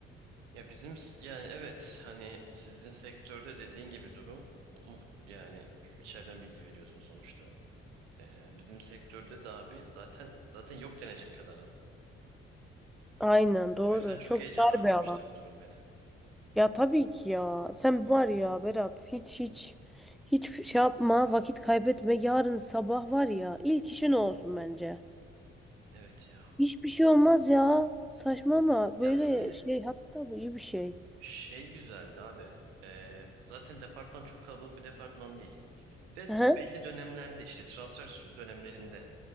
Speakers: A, on the right; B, in the centre.
A: Ya bizim s- yani evet hani sizin sektörde dediğin gibi durum muh- yani içeriden bilgi veriyorsun sonuçta. Ee, bizim sektörde de abi zaten zaten yok denecek kadar az.
B: Aynen doğru.
A: O yüzden çok
B: Çok
A: heyecanlandırmıştı
B: dar bir alan.
A: bu durum beni.
B: Ya tabii ki ya. Sen var ya Berat hiç hiç hiç şey yapma vakit kaybetme. Yarın sabah var ya ilk işin o olsun bence.
A: Evet ya.
B: Hiçbir şey olmaz ya. Saçma ama böyle
A: Ya bir de
B: şey hatta bu iyi bir şey.
A: şey güzeldi abi. Ee, zaten departman çok kalabalık bir departman değil. Ve
B: Aha.
A: belli dönemlerde işte transfer sü- dönemlerinde